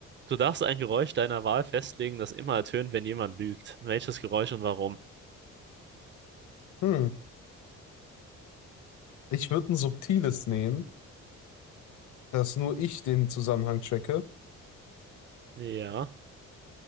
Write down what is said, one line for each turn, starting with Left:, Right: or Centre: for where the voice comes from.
Right: Du darfst ein Geräusch deiner Wahl festlegen, das immer ertönt, wenn jemand lügt. Welches Geräusch und warum?
Left: Hm. Ich würde ein subtiles nehmen, dass nur ich den Zusammenhang checke,
Right: Ja.